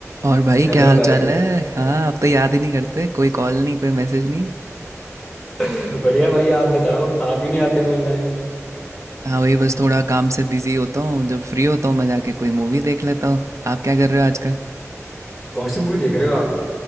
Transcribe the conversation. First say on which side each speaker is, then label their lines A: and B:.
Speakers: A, on the right; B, in the centre.
A: और भाई
B: Hello
A: क्या हाल
B: भाई
A: चाल है हाँ आप तो याद ही नहीं करते कोई कॉल नहीं कोई मैसेज नहीं
B: <laughs> बढ़िया भाई आप बताओ आप ही नहीं आते हो ऑनलाइन
A: हाँ वही बस थोड़ा काम से बिजी होता हूँ जब फ्री होता हूँ मैं जाके कोई मूवी देख लेता हूँ आप क्या कर रहे हो आजकल
B: कौन सी मूवी देख रहे हो आप